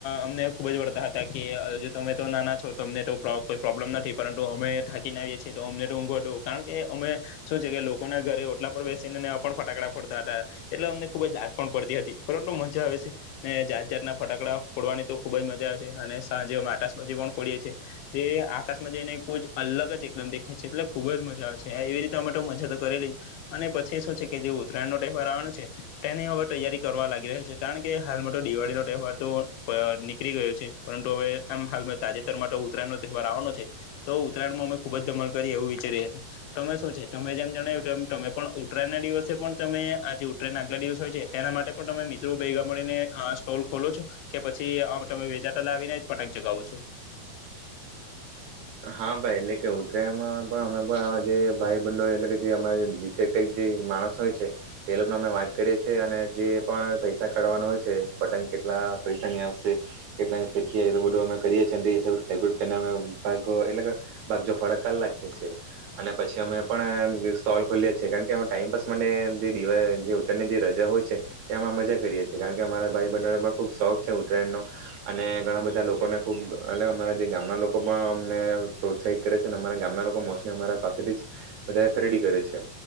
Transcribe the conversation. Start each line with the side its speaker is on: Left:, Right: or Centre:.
Left: અમને ખુબ જ વળતા હતા કે હ અમે તો નાના છો તો અમને તો કોઈ પ્રોબ્લેમ નથી પરંતુ અમે થાકીને આવીએ છીએ તો અમને તો ઊંઘોટું કારણ કે અમે શું છે કે લોકોના ઘરે ઓટલા પર બેસીને પણ ફટાકડા ફડતા હતા એટલે અમને ખૂબ જ જાત પણ પડતી હતી પરંતુ મજા આવે છે ને જાત જાતના ફટાકડા ફોડવાની તો ખુબ જ મજા આવે છે અને સાંજે માટે આકાશમાં પણ ફોડીએી છે જે આકાશમાં એને ખ જ અલગ જ એકલમ દેખાય છે એટલે ખુબ જ મજા આવે છે એવી રીતે અમે તો મજા તો કરેલી જ અને પછી શું છે કે જે ઉત્તયણ વાર આવે છે તેની હવે તૈયારી કરવા લાગી રહ્યા છે કારણ કે હાલમાં તો દિવાળી નો તહેવાર તો નીકળી ગયો છે પરંતુ હવે એમ હાલ મે તાજેતર માટે ઉતરાયણ નો તહેવાર આવવાનો છે તો ઉત્તરાયણમાં અમે ખુબ જ ધમણ કરીએ એવું વિચારી્યાીએ તમે શું છે તમે જેમ જણ એ તમે પણ ઉત્તરાયણના દિવસે પણ તમે આજે ઉતરાયના આગલા દિવસ હોય છે તેના માટે પણ તમે મિત્રો ભગ મળીને સ્ટોલ ખોલો છો કે પછી તમે વેચાટ લાવીને પટાક જગાવું છું
Right: હા ભાઈ લ કે ઉતરાયમાં પણ અમે આ જે ભાઈ બંડો એટલે કે જે અમા જે માણસ હોય છે તે લોકોને અમે છે અને જે પણ પૈસા કાઢવાનો હોય છે બટન કેટલા પરેશાની આપશે કેટલા ની ફેરકી રોટ મે કરીએ છ કેલ્કુલેટ કર એટલે ભ જો ફડક ક લાગે છે અને પછી અમે પણ સ્ટોલ ખોલીએ છીએ કારણ કે અ ટાઈમપાસ માટે જે દ ઉત્તરાયની જે રજા હોય છે તે અમાં મજા કરીએ છ છેીએ કારણ કે અમારા ભાઈ બહેનોને પણ ખૂબ શોખ છે ઉત્તરાયણનો અને ઘણા બધા લોકોને ખૂબ અમારા જે ગામના લોકો અમને પ્રોત્સાહિત કરે છે અમારા ગામના લોકો મોસ્ટલી અમારા પાસેથી જ વધારે ખરીદી કરે છે